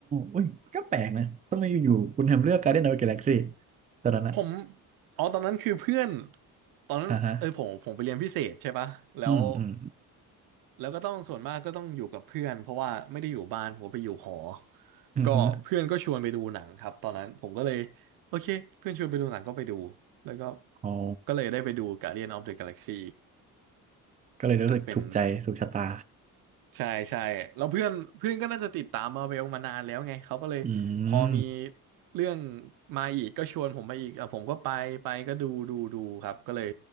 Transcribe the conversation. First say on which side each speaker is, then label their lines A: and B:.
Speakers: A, on the right; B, on the right.
A: อุ้ยก็แปลกนะทำไมอยู่ๆคุณแฮมเลือก Guardian of Galaxy ตอนนั้นอะ
B: ผมอ๋อตอนนั้นคือเพื่อนตอนนั้นเออผมผมไปเรียนพิเศษใช่ปะแล้ว
A: อ่าฮะอืมอืม
B: แล้วก็ต้องส่วนมากก็ต้องอยู่กับเพื่อนเพราะว่าไม่ได้อยู่บ้านผมไปอยู่หอ
A: อืมอม
B: ก็เพื่อนก็ชวนไปดูหนังครับตอนนั้นผมก็เลย โอเคเพื่อนชวนไปดูหนังก็ไปดูแล้วก็
A: อ๋อ
B: ก็เลยได้ไปดู Guardian of the Galaxy
A: ก็เลยรู้สึกถูกใจสุขชะตา
B: เป็นใช่ใช่แล้วเพื่อนเพื่อนก็น่าจะติดตามมาเวลมานานแล้วไงเขาก็เลยพอมี
A: อืม
B: เรื่องมาอีกก็ชวนผมมาอีกอ่ะผมก็ไปไปก็ดูดูดูครับก็เลย